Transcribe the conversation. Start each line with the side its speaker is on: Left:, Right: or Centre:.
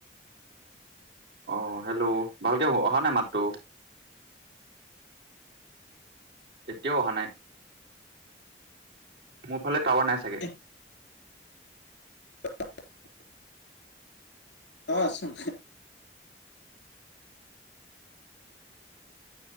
Right: অ', হেল্ল'। ভালকে অহা নাই মাতটো। এতিয়াও অহা নাই। মোৰ ফালে টাৱাৰ নাই চাগে।
Left: <inaudible> তই আছোন